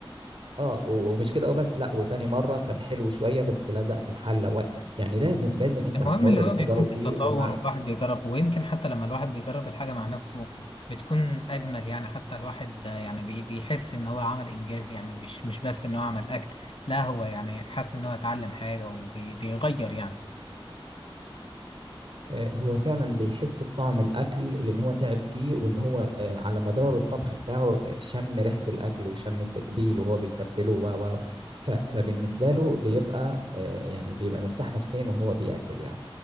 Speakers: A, on the right; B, on the left.
A: اه و- ومش كده وبس لا وتاني مره كان حلو شويه بس لزق في الحله و... يعني لازم لازم انت
B: المهم
A: هتمر
B: اللي هو
A: بالتجارب
B: بيكون فيه
A: دي
B: تطور
A: ومع
B: والواحد بيجرب ويمكن حتى لما الواحد بيجرب الحاجة مع نفسه بتكون أجمل يعني حتى الواحد آه، يعني بي- بيحس إن هو عمل إنجاز يعني مش مش بس إن هو عمل أكل لا هو يعني حاسس إن هو اتعلم حاجة وبيغير يعني
A: آه، هو فعلا بيحس بطعم الاكل لان هو تعب فيه وان هو آه، على مدار الطبخ بتاعه آه، شم ريحه الاكل وشم التتبيل وهو بيتبله و و و ف... فبالنسبه له بيبقى آه، يعني بيبقى مرتاح نفسيا وهو بياكل يعني